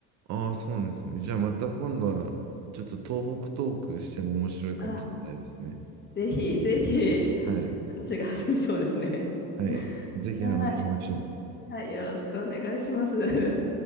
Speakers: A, on the right; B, on the left.
A: ああ、そうなんですね。じゃあまた今度は、ちょっと東北トークしても面白いかもしれないですね。
B: <laughs> あ、ぜひ、ぜひ、は話が弾みそうですね。
A: はい。はい。
B: <laughs>
A: ぜひ話しましょう。
B: はい。はい、よろしくお願いします。